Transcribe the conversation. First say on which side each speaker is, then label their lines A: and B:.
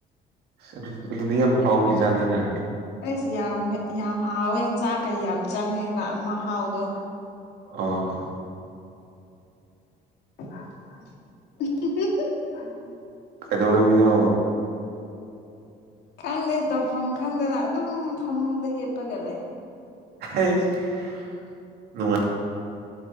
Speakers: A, on the right; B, on the left.
A: ꯑꯗꯨ ꯑꯗꯨꯗꯤ ꯌꯥꯝ ꯍꯥꯎꯕ ꯍꯦꯟꯖꯥꯡꯅꯤꯅ
B: ꯑꯩꯁ ꯌꯥꯝ ꯌꯥꯝ ꯍꯥꯎꯋꯦ ꯆꯥꯛ ꯀ ꯌꯥꯝ ꯆꯪꯉꯦꯕ ꯃꯍꯥꯎꯗꯣ
A: ꯑꯥ
B: <inaudible>
A: ꯀꯩꯗꯧꯔꯃꯤꯅꯣ
B: ꯈꯪꯗꯦ ꯇꯧꯐꯝ ꯈꯪꯗꯅ ꯑꯗꯨꯝ ꯐꯃꯨꯡꯗ ꯍꯦꯞꯄꯒ ꯂꯩ
A: ꯅꯅꯨꯡꯃꯥꯏ